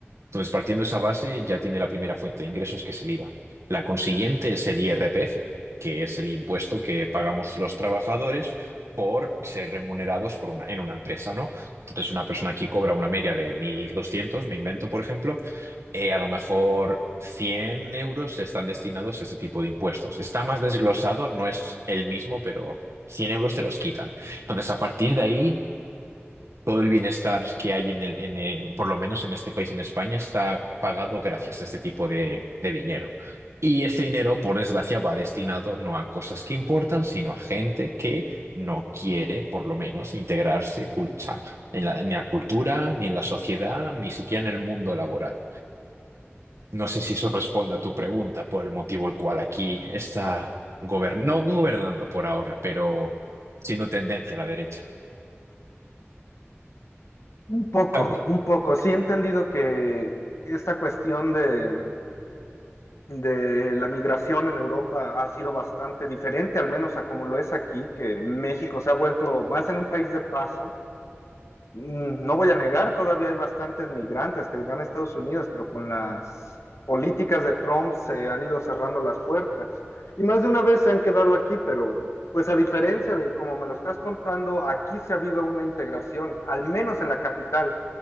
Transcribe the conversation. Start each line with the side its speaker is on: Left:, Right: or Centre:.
Right: Entonces, partiendo de esa base, ya tiene la primera fuente de ingresos, que es el IVA. La consiguiente es el IRPF, que es el impuesto que pagamos los trabajadores por ser remunerados por una- en una empresa, ¿no? Entonces, una persona aquí cobra una media de 1.200 me invento, por ejemplo, eh, a lo mejor 100 euros están destinados a este tipo de impuestos. Está más desglosado, no es el mismo, pero 100 euros te los quitan. Entonces, a partir de ahí todo el bienestar que hay en el, en el- por lo menos en este país, en España, está pagado gracias a este tipo de, de dinero. Y este dinero, por desgracia, va destinado no a cosas que importan, sino a gente que no quiere, por lo menos, integrarse cul- o sea, en la, en la cultura, ni en la sociedad, ni siquiera en el mundo laboral. No sé si eso responde a tu pregunta, por el motivo el cual aquí está gobernando, no gobernando por ahora, pero siendo tendencia a la derecha.
Left: Un poco,
Right: A ver,
Left: un poco. Sí he entendido que esta cuestión de, de la migración en Europa ha sido bastante diferente, al menos a como lo es aquí, que México se ha vuelto más en un país de paso mm, no voy a negar, todavía hay bastantes migrantes que van a Estados Unidos, pero con las políticas de Trump se han ido cerrando las puertas. Y más de una vez se han quedado aquí, pero pues a diferencia de como me lo estás contando, aquí se ha habido una integración, al menos en la capital.